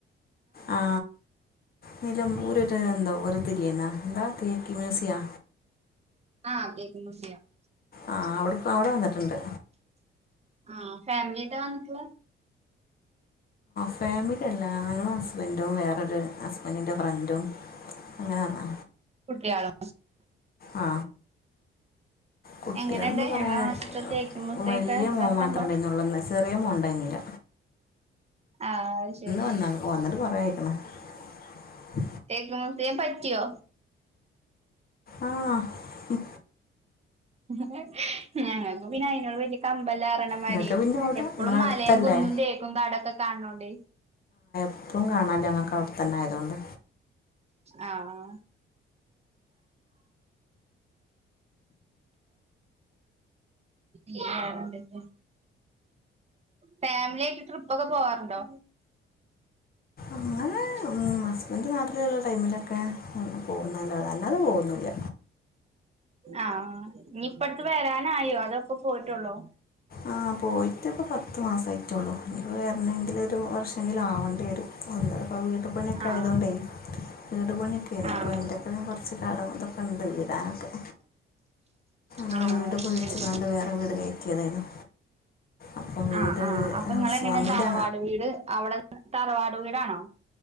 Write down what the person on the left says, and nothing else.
ആ നിലംമ്പൂര്ഒരു എന്താ ഒരിത് ല്ലേന്നാ എന്താ തെക്ക് മ്യൂസിയാ
ആ അവിക് അവിടെ വന്നിട്ടുണ്ട്
ഫാമിലിയല്ല ഞാനും ഹസ്ബന്റും വേറൊരു ഹസ്ബന്റിൻ്റെ ഫ്രണ്ടും അങ്ങനെവന്നാ
ആ കുട്ടികള്ന്ന്
പറയാൻ
വല്യമോൻ
മാത്രോണ്ടായിരുന്നുള്ളന്ന് ചെറിയ മോൻ ണ്ടായിരുന്നില്ല
വന്നതാണ് <unintelligible>
ആഹ് മം
നിങ്ങൾക്ക് പിന്നെ അവിടെ
നിങ്ങളെ അടുത്തല്ലേ
ഇപ്പളും കാണാല്ലേ നിങ്ങക്കവിടെത്തന്നായതുകൊണ്ട്
അങ്ങനെ
ഹസ്ബൻഡ് നാട്ടിലുള്ള ടൈമിലൊക്കെ ങ്ങനെപോവുന്നല്ലാതെ അല്ലാതെ പോകൊന്നില്ല
അഹ് പോയിട്ട് ഇപ്പം പത്ത് മാസായി റ്റുള്ളൂ ഇനിയിപ്പോ വരണെങ്കിൽ ഒരു വർഷമെങ്കിലും ആവേണ്ടി വരും വന്നത് അപ്പോ വീട്ടിൽ പണിയൊക്കെ
ആയതുണ്ടേ വീട് പണിയൊക്കെയണ്
അപ്പ അതിന്റെൊക്കെ കുറച്ച് കടം ഇതൊക്കെ ഉണ്ട് വീടാനൊക്കെ ഞങ്ങെ
വീട്
പൊളിച്ചു
കാണ്ട് വേറെ വീട് കയറ്റിയതായിരുന്നു അപ്പോൾ വീട്
ഹൗസ്
വാമിൻ്റെ